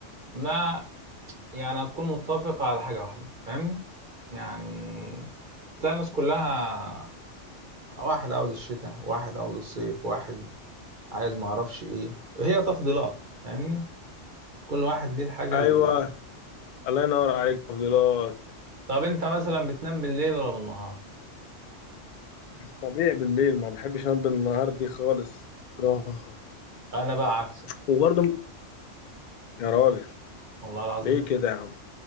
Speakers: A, on the right; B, on the left.
A: ما يعني هتكون متفقة على حاجة واحدة فاهم يعني تلاقي الناس كلها واحد عاوز الشتاء واحد عاوز الصيف واحد عايز معرفش إيه هي تفضيلات فاهمني كل واحد ليه الحاجة
B: ايوه
A: ال...
B: الله ينور عليك تفضيلات
A: طب أنت مثلا بتنام بالليل ولا بالنهار
B: طبيعي بالليل ما بحبش انام بالنهار دي خالص بكرهها
A: أنا بقى عكسك
B: وبرضه يا راجل
A: والله العظيم
B: ليه كده يا عم